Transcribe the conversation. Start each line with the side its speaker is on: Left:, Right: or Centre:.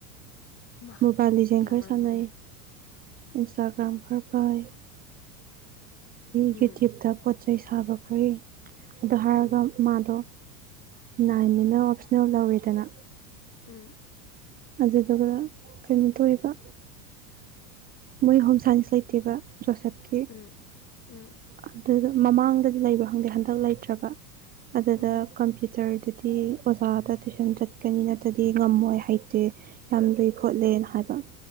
Right: <inaudible>
Left: ꯃꯥ
Right: ꯃꯣꯕꯥꯂꯤꯖ
Left: ꯌꯥꯝ
Right: ꯈꯔ
Left: ꯃꯔꯝ
Right: ꯁꯅ
Left: ꯃꯣꯛꯏꯅ
Right: ꯏꯟꯁꯇꯒ꯭ꯔꯝ ꯐꯔ ꯄꯥꯏ
Left: ꯎꯝ
Right: ꯒꯦ ꯆꯠꯇ ꯆꯩ ꯁꯥꯕ ꯐꯔꯦ ꯑꯗꯣ ꯍꯥꯏꯔꯒ
Left: ꯎꯝ
Right: ꯃꯥꯗ ꯅꯅꯥ ꯏꯟꯅ ꯑꯣꯞꯁꯟ ꯂ ꯑꯣꯏꯦꯗꯅ
Left: ꯎꯝ
Right: ꯑꯗꯨꯗꯨꯒ ꯀꯩꯅꯣ ꯇꯧꯔꯤꯕ ꯃꯣꯏ ꯍꯣꯝ ꯁꯥꯏꯟꯁ ꯂꯩꯇꯦꯕ ꯣꯁꯞꯀꯤ
Left: ꯎꯝ ꯎꯝ
Right: ꯑꯗꯨ ꯃꯃꯥꯡꯗꯗꯤ ꯂꯩꯕ ꯈꯪꯗꯦ ꯍꯟꯗꯛ ꯂꯩꯇ꯭ꯔꯕ ꯑꯗꯨꯗ
Left: ꯎꯝ
Right: ꯀꯝꯄ꯭ꯌꯨꯇꯔ ꯑꯗꯨꯗꯤ ꯑꯣꯖꯥꯗ ꯇꯨꯏꯁꯟ ꯆꯠꯀꯅꯤ ꯅꯠꯇ꯭ꯔꯗꯤ ꯉꯝꯃꯣꯏ ꯍꯩ ꯌꯥꯝ ꯂꯨꯏ ꯈꯣꯠꯂꯦꯅ ꯍꯥꯏꯕ